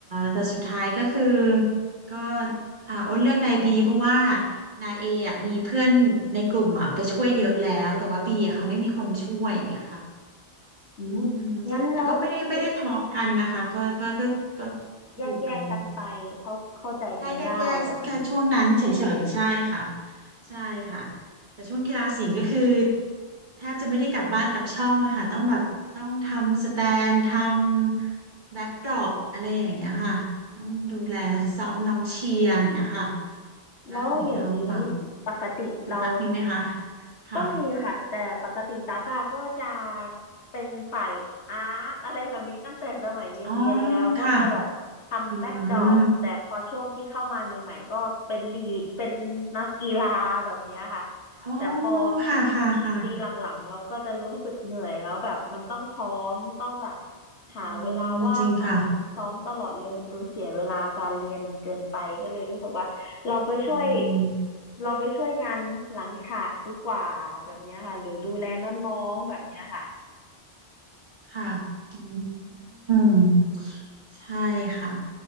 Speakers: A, on the right (about 45°); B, on the left (about 85°).
A: แต่สุดท้ายก็คือก็อ่าอ้นเลือกนายบีเพราะว่านายเออ่ะมีเพื่อนในกลุ่มอ่ะไปช่วยเยอะแล้วแต่ว่าบีอ่ะเขาไม่มีคนช่วยอย่างเงี้ยค่ะ
B: อืม
A: อืม
B: งั้นแล้วคุณ
A: แต่ก็ไม่ได้ไม่ได้ทะเลาะกันนะคะก็ก็ก็ก็
B: แยกแยกกันไปเขาเข้าใจกันได้แบบนี้ใช่ไหม
A: อยู่กัน แค่แยกแยกแค่ช่วงนั้นเฉยๆ ใช่ค่ะใช่ค่ะแต่ช่วงกีฬาสีก็คือแทบจะไม่ได้กลับบ้านกลับช่องแล้วค่ะต้องแบบต้องทำสแตนทำแบ็กดรอปอะไรอย่างเงี้ยค่ะต้องดูแลซ้อมน้องเชียร์อย่างเงี้ยค่ะ
B: อืม
A: แล้วของทางฝั่ง
B: แล้วอย่างนี้ปกติเรา
A: คุณตั๊กมีไหมคะค่ะ
B: ก็มีค่ะแต่ปกติตาก้าก็จะเป็นฝ่ายอาร์ตอะไรแบบนี้ตั้งแต่สมัยเรียนเรียนแล้วก็จะแบบทำแบ็กดรอปแต่พอช่วงที่เข้ามาใหม่ๆก็เป็นลีดเป็นนักกีฬาแบบเนี้ยค่ะ
A: อ๋อค่ะอืมโอ้
B: แต่พอ
A: ค่ะค่ะค่ะ
B: ปีหลังๆเราก็จะรู้สึกเหนื่อยแล้วแบบมันต้องซ้อมต้องแบบหาเวลาว่างมาซ้อมตลอดเลยมันดูเสียเวลาการเรียนเกินไปก็เลยรู้สึกว่าเราไปช่วย
A: อืมจริงค่ะอืม
B: เราไปช่วยงานหลังฉากดีกว่าแบบเนี้ยค่ะหรือดูแลน้องๆแบบเนี้ยค่ะ
A: ค่ะอืมใช่ค่ะ